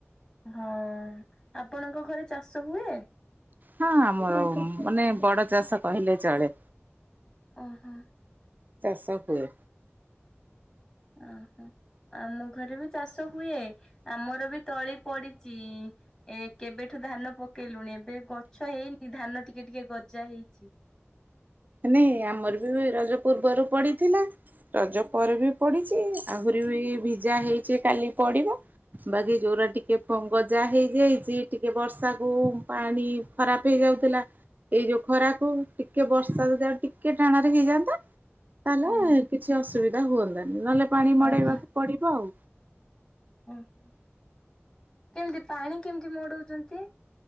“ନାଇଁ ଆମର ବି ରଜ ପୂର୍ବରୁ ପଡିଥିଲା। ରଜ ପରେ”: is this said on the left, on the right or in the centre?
Right